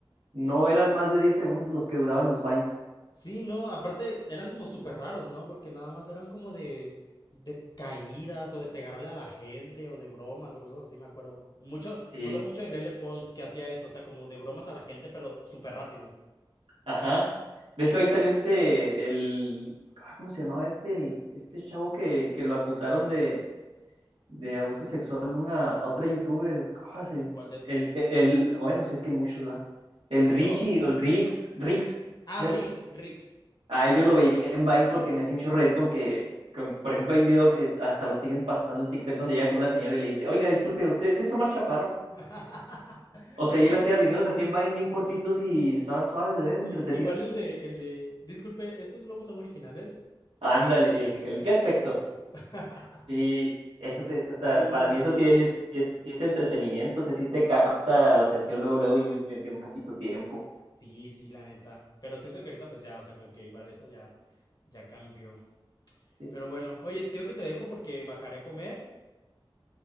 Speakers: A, on the right (about 90°); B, on the left (about 50°).
A: no eran más de 10 segundos los que duraban los Vines.
B: Sí, no, aparte eran como súper raros, ¿no? Porque nada más eran como de, de caídas o de pegarle a la gente o de bromas o cosas así, me acuerdo. Mucho,
A: Sí,
B: me acuerdo mucho de Lele Pons que hacía eso, o sea, como de bromas a la gente, pero súper rápido.
A: Ajá. De hecho, ahí salió este, el, ah, ¿cómo se llamaba este? El- este chavo que, que lo acusaron de, de abuso sexual, una, otra youtuber, ¿cómo
B: Ay,
A: se?
B: ¿cuál de todos?
A: El, el, bueno, si es que hay muchos, va. El
B: Mario
A: Richie,
B: Bau-
A: o el Rix, Rix, creo.
B: Ah, Rix, Rix.
A: A él yo lo veía en Vine porque me hacía un chorro reír con que, con, por ejemplo, hay un video que hasta lo siguen pasando en TikTok donde llega con una señora y le dice, oiga, disculpe, ¿usted es
B: <laughs>
A: Omar Chaparro? O sea, y
B: Sí,
A: él hacía videos así en Vine bien cortitos y estaban suaves de ver,
B: sí,
A: entretenidos.
B: igual el de, el de, disculpe, ¿estos globos son originales?
A: Ándale, ¿y
B: Original
A: ¿en qué aspecto?
B: y defecto. <laughs>
A: Sí, eso sí, es- o sea,
B: Sí,
A: para mí eso
B: sí,
A: sí
B: está
A: es,
B: bien bueno.
A: sí es, sí es entretenimiento, o sea, sí te capta la atención luego, luego y bien, bien- bien poquito tiempo.
B: Sí, sí, la neta. Pero siento que ahorita pues ya, o sea, como que igual eso ya, ya cambió.
A: Sí.
B: Pero bueno, oye, creo que te dejo porque bajaré a comer.